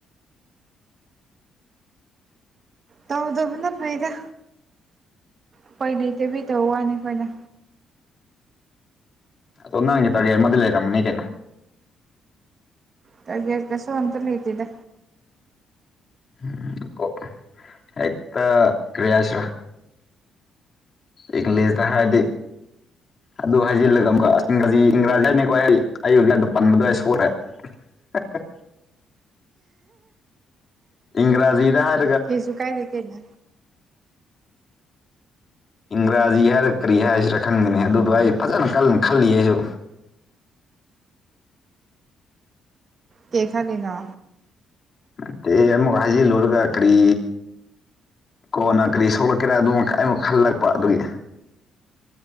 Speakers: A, on the right; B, on the left.
A: ꯇꯧꯗꯕꯅ ꯐꯩꯗ ꯎꯄꯥꯢ ꯂꯩꯇꯕꯩ ꯇꯩꯋꯥꯅꯤ ꯑꯩꯈꯣꯏꯅ
B: ꯑꯗꯣ ꯅꯪꯒꯤ ꯇꯥꯔꯒꯦꯠ ꯑꯃꯗꯤ ꯂꯩꯔꯝꯅꯤ ꯀꯩꯅꯣ
A: ꯇ꯭ꯔꯒꯠꯀꯁꯨ ꯑꯝꯇ ꯂꯩꯇꯦꯗ
B: ꯑꯝ ꯑꯣ ꯍꯦꯛꯇ ꯀ꯭ꯔꯤ ꯍꯥꯢꯁꯤꯔꯥ ꯏꯪꯂꯤꯁꯗ ꯍꯥꯏꯔꯗꯤ ꯑꯗꯨ ꯍꯥꯏꯖꯤꯜꯂꯒ ꯑꯃꯨꯛꯀ ꯏꯪꯒ꯭ꯔꯥꯖꯤ <unintelligible> ꯄꯟꯕꯗ ꯑꯩ ꯁꯣꯢꯈ꯭ꯔꯦ ꯍꯥꯍꯥ ꯏꯪꯒ꯭ꯔꯥꯖꯤꯗ ꯍꯥꯢ
A: ꯀꯪꯁꯨ ꯀꯥꯏꯗꯦ ꯀꯩꯅꯣ
B: ꯏꯪ꯭ꯔꯥꯖꯤ ꯍꯥꯏꯔ ꯀꯔꯤ ꯍꯥꯏꯁꯤꯔ ꯈꯪꯗꯦꯅꯦ ꯑꯗꯨꯗꯣ ꯑꯩ ꯐꯖꯅ ꯀꯟ ꯈꯜꯂꯤꯌꯦ ꯑꯩꯁꯨ
A: ꯀꯩ ꯈꯜꯂꯤꯅꯣ
B: ꯅꯠꯇꯦ ꯑꯃꯨꯛꯀ ꯍꯥꯏꯖꯤꯜꯂꯨꯔꯒ ꯀꯔꯤ ꯀꯣꯟꯅ ꯀꯔꯤ ꯁꯧꯂꯛꯀꯦꯔꯥ <unintelligible> ꯈꯜꯂꯛꯄ ꯑꯗꯨꯒꯤ